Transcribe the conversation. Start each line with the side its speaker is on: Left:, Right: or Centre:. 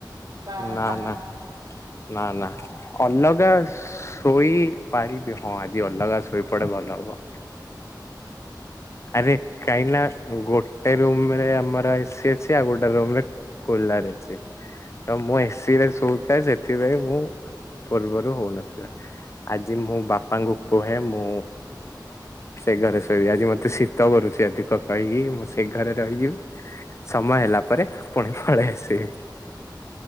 Right: ଶୟନ
Left: ନା
Right: ସ୍ଥାନ
Left: ନା ନା ନା
Right: ଆଉ
Left: ଅଲଗା ଶୋଇ ପାରିବି ହଁ ଆଜି ଅଲଗା ଶୋଇପଡେ ଭଲ ହବ। ଆରେ କାହିଁକିନା ଗୋଟେ ରୁମରେ ଆମର ଏସି ଅଛି ଆଉ ଗୋଟେ ରୁମରେ କୁଲର ଅଛି ତ ମୁଁ
Right: ଆଜ୍ଞା
Left: ଏସିରେ ଶୋଇଥାଏ ସେଥିପାଇଁ ମୁଁ ପୂର୍ବରୁ ହଉନଥିଲା ଆଜି ମୁଁ ବାପାଙ୍କୁ କୁହେ ମୁଁ ସେ ଘରେ ଶୋଇବି ଆଜି ମତେ ଶୀତ କରୁଛି ଅଧିକ କହିକି ମୁଁ ସେ ଘରେ ରହିଯିବି। ସମୟ ହେଲା ପରେ ପୁଣି ପଳେଇ ଆସିବି।